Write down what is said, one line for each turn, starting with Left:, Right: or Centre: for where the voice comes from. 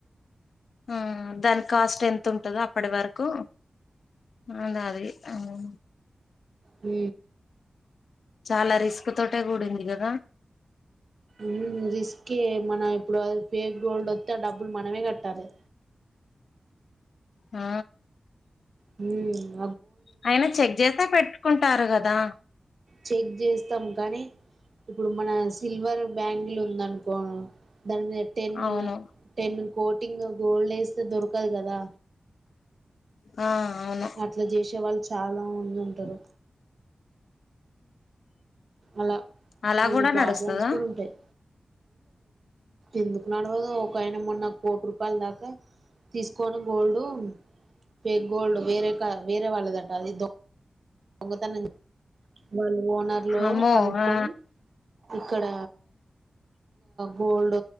Left: ఆ దాని కాస్ట్ ఎంతంటందో అప్పటి వరకు అందసి అవును
Right: హ
Left: చాలా రిస్క్ తోటే కూడింది కదా
Right: మ్మ్ రిస్క్ మనం ఇప్పుడు ఫేక్ గోల్డ్ వస్తే ఆ డబ్బులు మనమే కట్టాలి
Left: ఆ
Right: హ
Left: అయిన చెక్ చేస్తే పెట్టుకుంటారు కదా
Right: చెక్ చేస్తాం కానీ ఇప్పుడు మన సిల్వర్ బ్యాంగిల్ ఉందినుకో దాని మీద టెన్
Left: అవును
Right: టెన్ కోటింగ్ గోల్డ్ వేస్తే దొరకదు కదా
Left: ఆ అవును
Right: అట్లా చేసే వాళ్ళు చాలా మంది ఉంటారు అలా
Left: అలా
Right: కొన్ని
Left: కూడా
Right: ప్రాబ్లమ్స్
Left: నడుస్తదా
Right: కూడా ఉంటాయి ఎందుకు నడవదు ఒక ఆయన మొన్న కోటి రూపాయల దాకా తీసుకు కొనుగోల్డు ఫేక్ గోల్డ్ వేరే కదా వేరే వాళ్ళదట అది దో దొంగతనం వాళ్ళు ఓనర్లు
Left: అమ్మో
Right: కనుక్కకుొని
Left: ఆ
Right: ఇక్కడ గోల్డ్